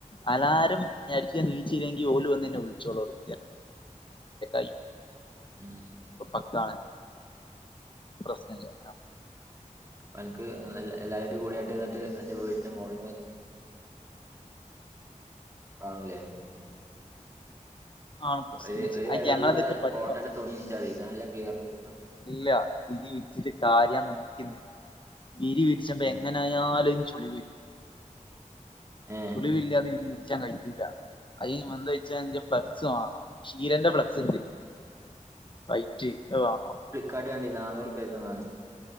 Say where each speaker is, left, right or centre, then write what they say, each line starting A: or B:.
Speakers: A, on the left; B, on the right.
A: അലാരം അടിച്ച് ഞാൻ നീച്ചില്ലെങ്കി ഓലു വന്ന് എന്നെ വിളിച്ചോളും. <unintelligible>
B: ഉം
A: ഇപ്പം പക്കാണ് പ്രശ്നല്ല്യാ
B: എനക്ക് എല്ലാരെടെ കൂടെയായിട്ട് എന്നിട്ട് എന്റെ വീടിന്റെ മോളിന്ന് കാണുലേ
A: ആണ് പ്രശ്നം
B: ഒരു ഒരു
A: ആ
B: വെള്ള
A: ഞങ്ങളെന്താ വെച്ചാൽ പരി
B: കോട്ടന്റെ തുണി വിരിച്ചാ മതി നല്ല ക്ലിയറില്കിട്ടും.
A: ഇല്ല വിരി വിരിച്ചിട്ട് കാര്യ നോക്കിന്നേ വിരി വിരിച്ചിട്ട്
B: ഉം
A: എങ്ങനായാലും ചു ചുളിവീരു
B: ഏ
A: ചുളിവില്ലാതെ വിരി വിരിച്ചാൻ കഴിയൂല <unintelligible> വെച്ചാ ഫ്ലക്സ് വാങ്ങണം. ഷിരെന്റെ ഫ്ളക്സ്ണ്ട് വൈറ്റ് അത് വാങ്ങണം.
B: കടേണ്ട് നാന്നുറുപ്യെക്ക് നാലെണ്ണം